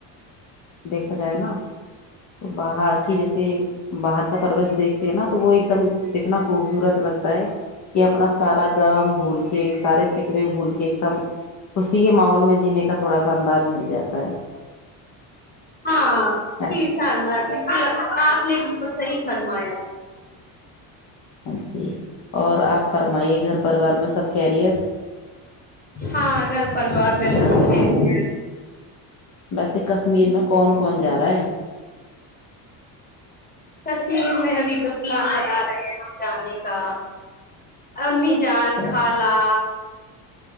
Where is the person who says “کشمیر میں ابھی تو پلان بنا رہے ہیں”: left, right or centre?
Left